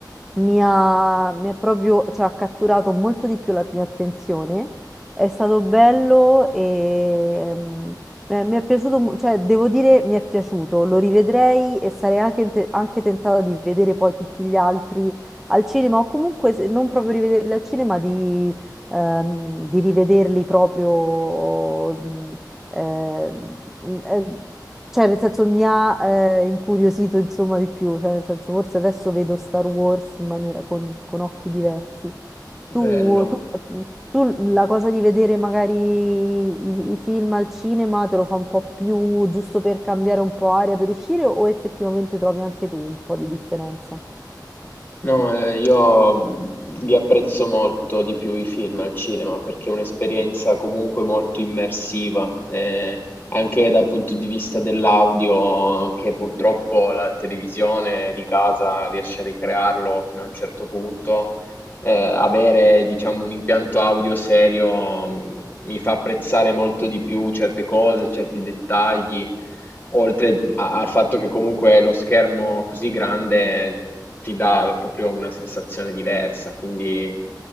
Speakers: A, in the centre; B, on the left.
A: mi ha, mi ha proprio, cioè, ha catturato molto di più la mia attenzione. È stato bello e mm, mi è, mi è piaciuto, mo- cioè, devo dire, mi è piaciuto. Lo rivedrei e sarei anche, te- anche tentata di vedere poi tutti gli altri al cinema, o comunque se non proprio rivederli al cinema, di, ehm, di rivederli proprio. mm, eh, eh, cioè nel senso mi ha eh, incuriosito insomma di più, cioè nel senso forse adesso vedo Star Wars in maniera con, con occhi diversi. Tu,
B: bello.
A: tu- tu la cosa di vedere magari i, i film al cinema te lo fa un po' più giusto per cambiare un po' aria per uscire o effettivamente trovi anche tu un po' di differenza?
B: No, eh, io mh, li apprezzo molto di più i film al cinema perché è un'esperienza comunque molto immersiva, eh, anche dal punto di vista dell'audio, che purtroppo la televisione di casa riesce a ricrearlo fino a un certo punto, eh, avere, diciamo, un impianto audio serio mh, mi fa apprezzare molto di più certe cose, certi dettagli, oltre a- al fatto che comunque lo schermo così grande ti dà proprio una sensazione diversa. Quindi